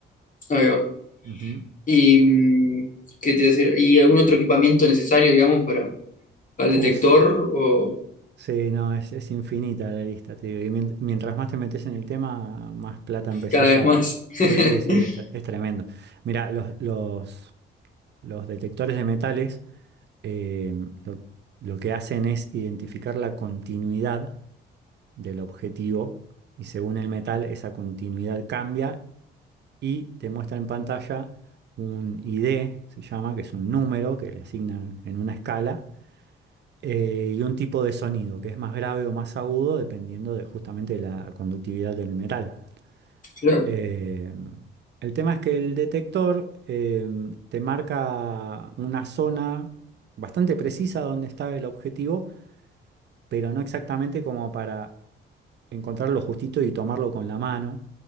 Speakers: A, on the left; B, on the right.
A: Ahí va.
B: Ujú.
A: Y mm, qué te iba a decir, y algún otro equipamiento necesario, digamos, para, al detector
B: Uf.
A: o
B: Sí, no, es, es infinita la lista, te digo. Y mient- mientras más te metes en el tema, más plata empezás
A: cada vez
B: a...
A: más. <laughs>
B: Sí, sí, es, tre- es tremendo. Mira, los, los, los detectores de metales eh, lo, lo que hacen es identificar la continuidad del objetivo y según el metal esa continuidad cambia y te muestra en pantalla un ID, se llama, que es un número que le asignan en una escala eh, y un tipo de sonido que es más grave o más agudo dependiendo de, justamente de la conductividad del metal.
A: Claro.
B: Eh, el tema es que el detector eh, te marca una zona bastante precisa donde está el objetivo, pero no exactamente como para encontrarlo justito y tomarlo con la mano.